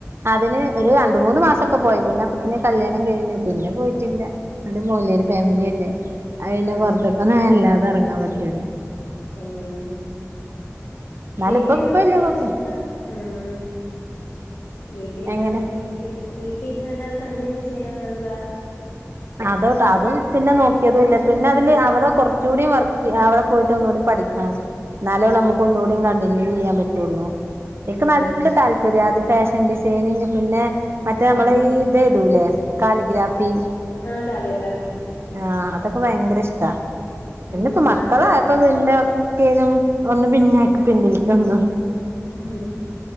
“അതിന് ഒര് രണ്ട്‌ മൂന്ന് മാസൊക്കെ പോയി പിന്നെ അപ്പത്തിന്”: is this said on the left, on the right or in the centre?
Right